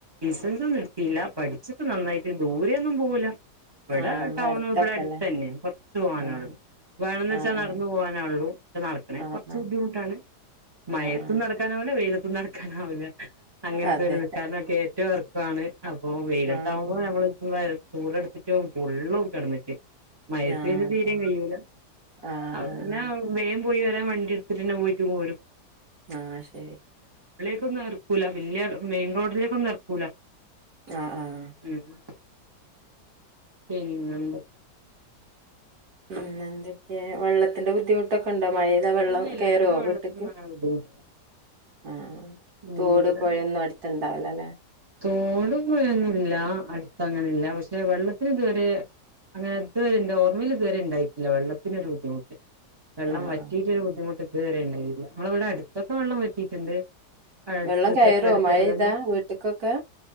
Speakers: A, on the right; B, on the right.
A: സൻസ്ട്ത്തീല പഠിച്ചിപ്പ നന്നായിട്ട് ദൂരെയൊന്നും പോവൂല ഇവിടെ
B: ആഹ് നമ്മള
A: ടൗൺ
B: അടുത്തൊക്കെല്ലേ
A: ഇവിടെ അടുത്തല്ലെ കൊറച്ചു പോവാനോള്ളൂ
B: ആഹ്
A: വേണന്ന് വച്ചാൽ
B: ആഹ്
A: നടന്നു പോവാനൊള്ളു നടക്കണേ
B: ആഹ്
A: കൊറച്ച്
B: ആഹ്
A: ബുദ്ധിമുട്ടാണ് മയെത്തും
B: ആഹ് ആഹ് ആഹ്
A: നടക്കാനാവില്ല വെയില ത്തും നടക്കാനാവില്ല അങ്ങനത്തെ
B: അതെ
A: ഒരു വി കാരണം കേറ്റോം എറക്കോവാണ് അപ്പൊ വെയിലത്താവുമ്പോ
B: ആഹ്
A: നമ്മള്ത്തുമ്പ ചൂട് എടുത്തിട്ട് പൊള്ളും കെടന്നിട്ട് മയത്ത്
B: ആഹ്
A: പിന്നെ
B: അതെ
A: തീരേം കയൂല
B: ആഹ്
A: അവനാവേം
B: ആഹ്
A: പോയി വരാൻ വണ്ടി എടുത്തിട്ട്ന്നെ പോയിട്ട്ങ്ങ് പോരും
B: ആഹ് ശരി
A: ട്ടും നിർത്തുല പിന്നെ മെയിൻ റോഡിലേക്കൊന്നും ഇറക്കൂല
B: ആഹ് ആഹ്
A: മ് മ് പിന്നെന്തൊക്കെ
B: പിന്നെ എന്തൊക്കെയാ വെള്ളത്തിന്റെ ബുദ്ധിമുട്ടൊക്കെ ടെ മയെലെ വെള്ളം
A: ഇല്ല ഇല്ല
B: കേറുവോ
A: ഇവിടെ വെള്ളത്തിനൊന്നും
B: വീട്ട്ക്ക്
A: അങ്ങനെ ബുദ്ധിമുട്ടില്ല
B: ആഹ്
A: ഉം
B: തോടും
A: ഇവിടെ
B: പുഴയൊന്നും അടുത്ത്ണ്ടാവിലല്ലെ
A: തോടും പോഴയൊന്നുല്ല അടുത്ത അങ്ങനെല്ല പക്ഷെ വെള്ളത്തിന് ഇതുവരെ അങ്ങനെ ഇതുവരെ ന്റെ ഓർമ്മയിൽ ഇതുവരെണ്ടായിട്ടില്ല വെള്ളത്തിനൊരു ബുദ്ധിമുട്ട് വെള്ളം
B: ആഹ്
A: വറ്റിയിട്ടൊരു
B: ആഹ്
A: ബുദ്ധിമുട്ട് ഇതുവരെണ്ടായില്ല നമ്മള ഇവിടെ അടുത്തൊക്കെ വെള്ളം വറ്റിയിട്ടുണ്ട് അടുത്തതൊക്കെ
B: വെള്ളം കയറുവോ
A: തൊട്ടടുത്തൊക്കെ
B: മഴെയ്താ
A: തന്നെ
B: വീട്ട്ക്കൊക്കെ